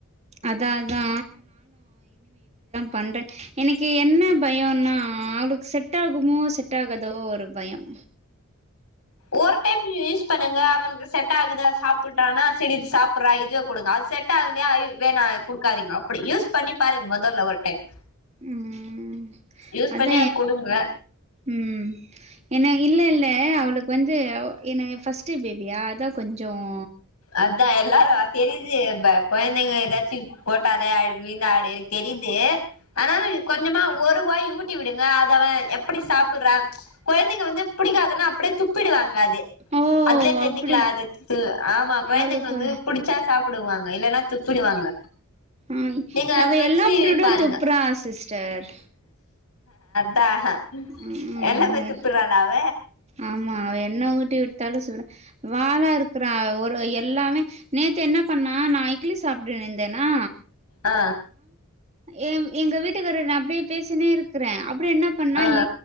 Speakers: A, on the right; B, on the left.
A: அதா அதா பண்றேன் எனக்கு என்ன பயம்னா அவளுக்கு செட் ஆகுமோ செட் ஆகதோ ஒரு பயம்
B: ஒரு டைம் யூஸ் பண்ணுங்க அவனுக்கு செட் ஆகுதா சாப்படுறானா சரி சாப்படுறா இதுவே கொடுங்க அது செட் ஆகலையா வேணா குடுக்காதங்க அப்படி யூஸ் பண்ணி பாருங்க முதல்ல ஒரு டைம்
A: ம்
B: யூஸ்
A: அத
B: பண்ணி அது குடுங்க
A: ம் ஏன்ன இல்ல இல் இல்லை அவளுக்கு வந்து என ஃபர்ஸ்ட்டு பேபியா அததான் கொஞ்சம்
B: அதான் எல்லாரும் தெரியுது குழந்தைங்க ஏதாச்சும் போட்டாலே ஆ விழுநாடு தெரிது ஆனா கொஞ்சமா ஒருவாய் ஊட்டி விடுங்க அத அவன் எப்படி சாப்பிடுறான் குழந்தைங்க வந்து பிடிக்காததுன்னா அப்படியே துப்பிடுவாங்க
A: ஓ
B: அதுலே தெரிச்சுக்கலா
A: அப்டி
B: அது ஆமா குழந்தைங்க
A: அவளுக்கு
B: வந்து புடிச்சா சாப்பிடுவாங்க இல்லைன்னா துப்பிடுவாங்க
A: ம்ய்
B: நீங்க
A: அவ
B: அது வச்சு
A: எல்லா ஃப்ரூடுயு
B: பாருங்க
A: துப்புறா சிஸ்டர்
B: தாஹ
A: ம்
B: எல்லாமே
A: அவ
B: துப்பிர்றாளா அவ
A: ஆமா அவ என்ன ஊட்டி விட்டாலு சுட வாலா இருக்கறா ஒரு எல்லாமே நேத்து என்ன பண்ணா நா இட்லி சாப்பிடுனுந்தேனா
B: அ
A: எவ் எங்க வீட்டுக்கார ந அப்டியே பேசினே இருக்கறே அப்டே என்ன பண்ணா
B: ஆ
A: இ